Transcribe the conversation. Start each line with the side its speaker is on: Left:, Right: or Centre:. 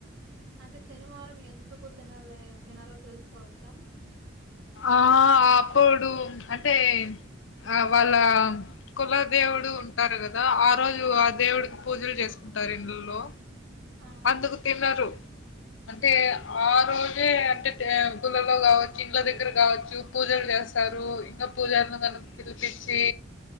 Right: అంటే శనివారం ఎందుకు తినలే తినరో తెలుసుకోవచ్చా
Left: ఆ అప్పుడు అంటే ఆ వాళ్ళ కుల దేవుడు ఉంటారు కదా ఆ రోజు ఆ దేవుడికి పూజలు చేసుకు ఉంటారు ఇంలో
Right: ఆ!
Left: అందుకు తిన్నారు అంటే ఆ రోజే అంటే గులలో కావచ్చు ఇంల దగ్గర కావచ్చు పూజలు చేస్తారు ఇంకా పూజలను కనుక పిలిపించి